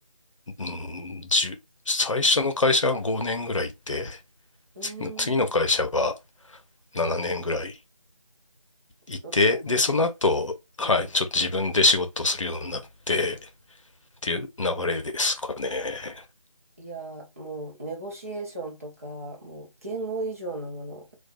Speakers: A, on the left; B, on the right.
A: うん、じゅ最初の会社が5年ぐらいいて、
B: うーん。
A: 次の、次の会社が7年ぐらいいて、
B: どちらも、
A: で、その後、はい、
B: うん。
A: ちょっと自分で仕事をするようになってっていう流れですかね。
B: いや、もう、ネゴシエーションとか、もう、言語以上のもの